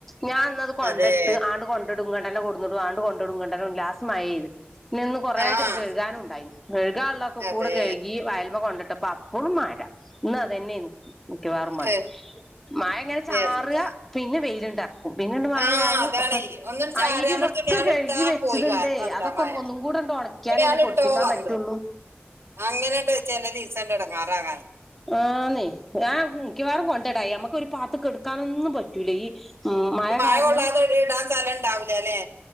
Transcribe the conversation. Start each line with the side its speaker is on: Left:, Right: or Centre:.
Centre: ഞാൻ ഇന്നത് കൊണ്ടിട്ട്
Right: അതെ
Centre: ആണ്ട് കൊണ്ട് ഇങ്ങടെന്നെ കൊടുന്നിട്ടും ആണ്ടുകൊണ്ടിടും ഇങ്ങട്ടെന്നെ കൊണ്ട് ലാസ്റ്റ് മഴപെയ്ത് പിന്നാ ഇന്ന് കൊറേസത്തെ
Right: ആഹ്
Centre: കഴുകാനും ഉണ്ടായിരുന്നു കഴുകാള്ളതൊക്കെ
Right: അതെ
Centre: കൂട കഴുക്കി അയലുമ കൊണ്ടിട്ടപ്പ അപ്പഴും മഴ ഇന്ന് അതെന്നെയാണ് മിക്കവാറും ഉമ്മാന
Right: ഹ്,
Centre: മഴ ഇങ്ങനെ ചാറുവാ
Right: എന്താ
Centre: പിന്നെ വെയിലുണ്ട പിന്നങ്ങോട്ട് മഴ
Right: ആഹ്
Centre: ചാറും
Right: അതാണേ
Centre: അപ്പ
Right: ഒന്നും ചാരിയ
Centre: അയിരിതൊക്കെ
Right: നമ്മൾ തുണിയാൾ
Centre: കഴുകി
Right: എടുത്താ
Centre: വെച്ചതുണ്ടേ
Right: പോയി കാ- എന്താ
Centre: അതൊക്കെ
Right: മഴ
Centre: ഒന്ന് ഒന്നും കൂടെ ഉണക്കിയാലല്ലേ
Right: തുണിയാൾ
Centre: പൊടിപ്പിക്കാൻ
Right: ഇട്ടോ വന്നു
Centre: പറ്റുള്ളൂ
Right: അങ്ങനെണ്ട് ചെലദിവസം എടങ്ങാറാകാൻ
Centre: ആന്നെ ഞാൻ മിക്കവാറും കൊണ്ടടായി ഞമ്മക്ക് ഒരു പാത്ത് കെടക്കാനൊന്നും പറ്റൂല ഈ ഉം മഴ
Right: മയ
Centre: കാരണം
Right: കൊള്ളാത്തൊരു ഇടാൻ സ്ഥലം ഇണ്ടാവുലല്ലേ